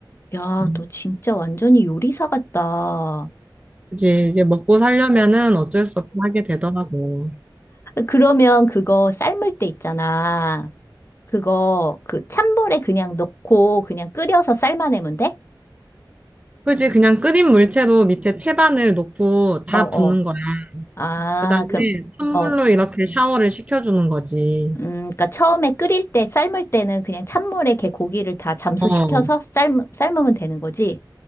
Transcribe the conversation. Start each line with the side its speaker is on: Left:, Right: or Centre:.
Left: 야,
Right: 음,
Left: 너 진짜 완전히 요리사 같다. 어,
Right: 그치. 이제 먹고 살려면은 어쩔 수 없이 하게 되더라고.
Left: 그러면 그거 삶을 때 있잖아. 그거 그 찬물에 그냥 넣고 그냥 끓여서 삶아내면 돼?
Right: 그치. 그냥 끓인 물체로 밑에 채반을 놓고 다
Left: 어, 어.
Right: 붓는 거야.
Left: 아,
Right: 그 다음에
Left: 그럼
Right: 찬물로
Left: 어,
Right: 이렇게 샤워를 시켜주는 거지.
Left: 음, 그러니까 처음에 끓일 때 삶을 때는 그냥 찬물에 걔 고기를 다 잠수시켜서
Right: 어,
Left: 삶 삶으면 되는 거지.